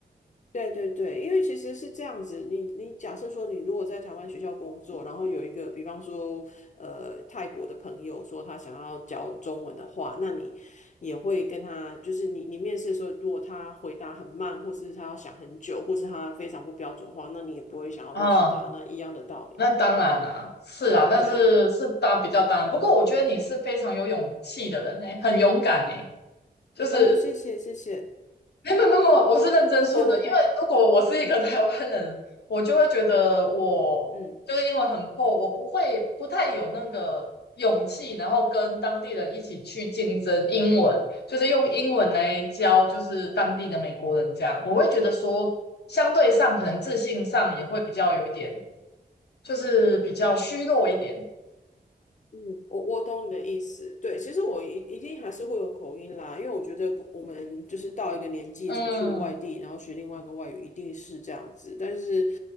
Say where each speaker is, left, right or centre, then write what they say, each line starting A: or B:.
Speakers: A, on the left (about 45°); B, on the left (about 80°).
A: 对对对，因为其实是这样子，你你假设说你如果在台湾学校工作，然后有一个比方说呃泰国的朋友说他想要教中文的话，那你也会跟他，就是你你面试的时候，如果他回答很慢，或是他要想很久，或是他非常不标准化，那你也不会想要录取他，
B: 啊。
A: 那一样的道理嘛。
B: 那当然啦、是啊，那是是当比较当然。
A: 对啊，
B: 不过我觉得你是非常有勇气的人呢、很勇敢呢、就是
A: 哦，谢谢谢谢，
B: 没没没没，我是认真说的，
A: <laughs>
B: 因为如果我是一个
A: 太嗯
B: <laughs> 台湾人，我就会觉得我就是英文很破，
A: 嗯
B: 我不会不太有那个勇气，然后跟当地人一起去竞争英文，就是用英文来教就是当地的美国人这样，
A: 嗯。
B: 我会觉得说相对上可能自信上也会比较有一点，就是比较虚弱一点。
A: 嗯，我我懂你的意思。对，其实我一一定还是会有口音啦，因为我觉得不，我们就是到一个年纪才去外地，
B: 嗯，
A: 然后学另外一个外语，一定是这样子。但是，